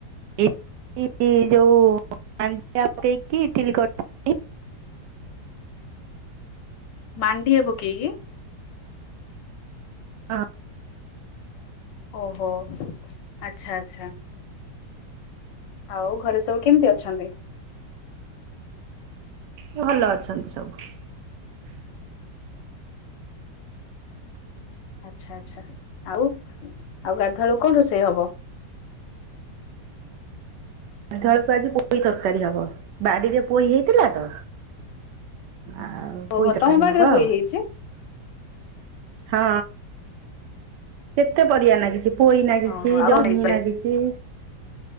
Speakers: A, on the right; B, on the left.
A: ଇଟିଲି ଯୋଉ ମାଣ୍ଡିଆ ପକେଇକି ଇଟିଲି କରିଥିଲି।
B: ମାଣ୍ଡିଆ ପକେଇକି?
A: ହଁ
B: ଓହୋ ଆଚ୍ଛା ଆଛା। ଆଉ ଘରେ ସବୁ କେମିତି ଅଛନ୍ତି?
A: ଭଲ ଅଛନ୍ତି ସବୁ।
B: ଆଚ୍ଛା ଆଚ୍ଛା ଆଉ ଆଉ ଗାଧୁଆବେଳକୁ କଣ ରୋଷେଇ ହବ?
A: ଗାଧୁଆବେଳକୁ ଆଜି ପୋଇ ତରକାରୀ ହବ ବାଡ଼ିରେ ପୋଇ ହେଇଥିଲା ତ ଆଉ - ଆଉ
B: ଓହୋ
A: ପୋଇ ତରକାରୀ
B: ତମ ବାଡିରେ
A: ହବ
B: ପୋଇ
A: ଆଉ।
B: ହେଇଛି
A: ହଁ କେତେ ପରିବା ନାଗିଚି ପୋଇ ନାଗିଚି
B: ଓହୋ ଆଉ କଣ
A: ଜହ୍ନି
B: ହେଇଛି?
A: ନାଗିଚି